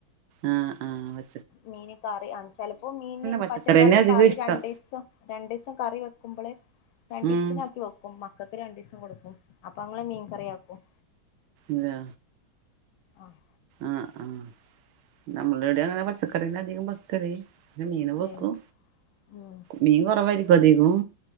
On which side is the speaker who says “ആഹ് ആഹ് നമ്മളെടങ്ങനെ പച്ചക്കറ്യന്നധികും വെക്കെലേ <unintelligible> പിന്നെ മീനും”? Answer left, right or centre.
Right